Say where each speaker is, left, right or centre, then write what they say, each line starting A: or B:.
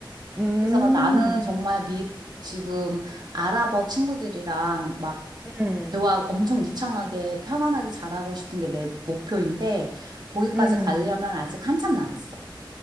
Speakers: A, on the right; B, on the right.
A: 음,
B: 그래서 나는 정말 미, 지금 아랍어 친구들이랑 막
A: 음,
B: 대화 엄청 유창하게 편안하게 잘하고 싶은 게 내 목표인데 거기까지
A: 음.
B: 가려면 아직 한참 남았어.